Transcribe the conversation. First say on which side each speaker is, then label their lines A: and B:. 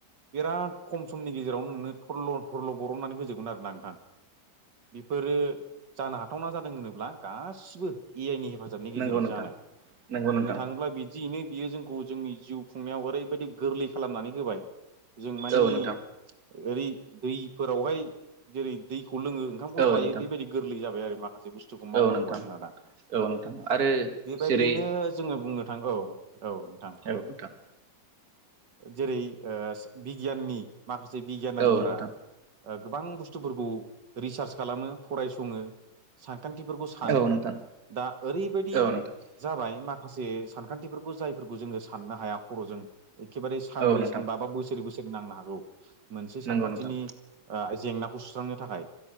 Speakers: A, on the right (about 75°); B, on the right (about 55°).
A: बिराद खम समनि गेजेरावनो नोंनो थरल' थरल' बरननानै होजोबगोन आरो ना नोंथां बेफोरो जानो हाथावना जादों होनोब्ला गासै बो ए आइ नि हेफाजाबनि गेजेरै
B: नंगौ नोंथां
A: जानाय
B: नंगौ
A: बुंनो
B: नोंथां
A: थाङोब्ला बिदियैनो बियो जोंखौ जोंनि जिउ खुंनायाव ओरैबायदि गोरलै खालामनानै होबाय जों मानि
B: औ नोंथां
A: ओरै दैफोरावहाय जेरै दैखौ लोङो ओंखामखौ
B: औ
A: जायो
B: नोंथां
A: बेबायदि गोरलै जाबाय आरोमा जि बुस्थुखौ मावनांगौआ
B: औ नोंथां
A: जोंना दा
B: औ नोंथां आरो
A: बेबायदियैनो
B: जेरै
A: जोङो बुंनो थां औ औ नोंथां
B: औ नोंथां
A: जेरै ओ बिगियाननि माखासे बिगियानारिफोरा
B: औ नोंथां
A: गोबां बुस्थुफोरखौ रिसार्च खालामो फरायसंङो सा खान्थिफोरखौ सानो
B: औ नोंथां
A: दा ओरैबायदि
B: औ नोंथां
A: जाबाय माख माखासे सानखान्थिफोरखौ जायफोरखौ जोंङो साननो हाया खर'जों एखेबारे सानब्रै
B: औ नोंथां
A: सानबा बा बोसोरै बोसोर सोर नांनो हागौ मोनसे
B: नंगौ
A: सानखान्थिनि
B: नोंथां
A: ओ जेंनाखौ सुस्रांनो थाखाय